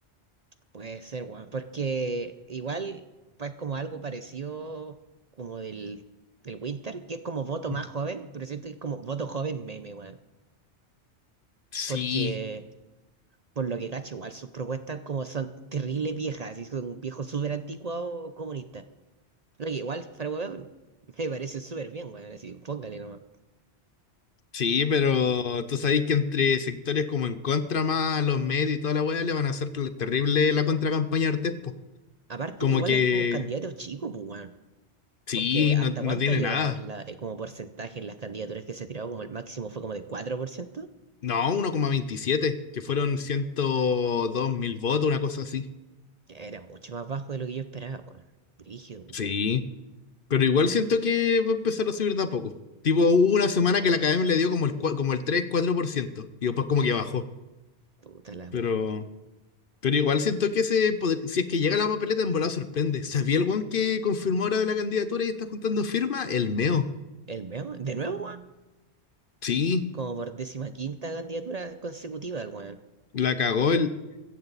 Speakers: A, on the right; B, on the left.
A: Puede ser, weón, porque igual pues como algo parecido como del, del Winter, que es como voto
B: Mm.
A: más joven, pero siento que es como voto joven meme, weón.
B: Sí,
A: Porque por lo que cacho, igual sus propuestas como son terribles viejas, y son un viejo súper anticuado comunista. Lo que igual, para weón, me parece súper bien, weón, así, póngale nomás.
B: sí, pero tú sabéis que entre sectores como en contra más los medios y toda la weá le van a hacer terrible la contracampaña a Artés, po.
A: Aparte
B: Como
A: que igual
B: que
A: es como un candidato chico, pues, weón.
B: Sí,
A: Porque hasta
B: no, no
A: cuánto
B: tiene
A: ha llegado
B: nada.
A: en la, eh, como porcentaje en las candidaturas que se tiraba, como el máximo fue como de 4%,
B: No, uno coma veintisiete, que fueron ciento dos mil votos, una cosa así.
A: que era mucho más bajo de lo que yo esperaba, weón. Brígido, culiao.
B: Sí, pero igual siento que va a empezar a subir de a poco. Tipo, hubo una semana que la Academia le dio como el, cua- como el tres cuatro por ciento. y después como que bajó.
A: Puta la
B: Pero,
A: weá.
B: pero igual siento que se podr- si es que llega la papeleta en volada sorprende. ¿Sabía el weón que confirmó ahora la candidatura y está juntando firma? El Meo.
A: weón. El meo, de nuevo, weón.
B: Sí,
A: Como por décima quinta candidatura consecutiva del weón.
B: la cagó El